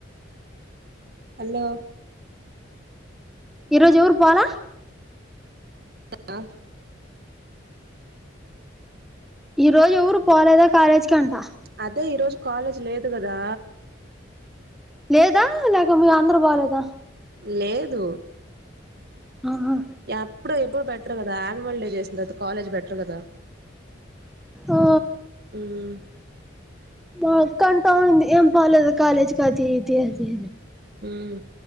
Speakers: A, on the right (about 50°); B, in the centre.
A: హలో
B: ఈరోజు ఎవరు పోల
A: కన్నా
B: ఈ రోజు ఎవరు పోలేదా కాలేజ్ కి అంట
A: అదే ఈరోజు కాలేజ్ లేదు గదా
B: లేదా లేక మీ అందరు పోలేదా
A: లేదు
B: ఆహా
A: ఎప్పుడు ఎప్పుడు పెట్రూ కదా ఆన్వల్ డే చేసిన తర్వాత కాలేజ్ పెట్రూ కదా
B: ఆ
A: హ్మ్
B: మా అక్క అంటా వుంది ఏం పోలేదు కాలేజ్ అది ఇది అని
A: మ్మ్